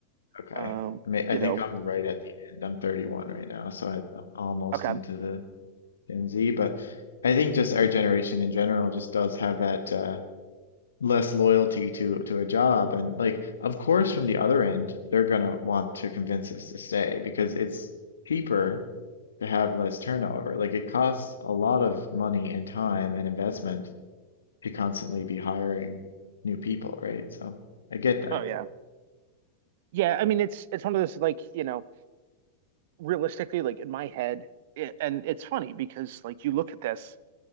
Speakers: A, on the left; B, on the right.
A: Okay.
B: Um,
A: I mean, I
B: you
A: think
B: know,
A: I'm right at the end. I'm 31 right now, so I, I'm almost
B: okay.
A: into the Gen Z. But I think just our generation in general just does have that uh, less loyalty to to a job and like of course from the other end they're gonna want to convince us to stay because it's cheaper to have less turnover like it costs a lot of money and time and investment to constantly be hiring new people right so I get that
B: Oh yeah. Yeah, I mean it's it's one of those like, you know, realistically like in my head it, and it's funny because like you look at this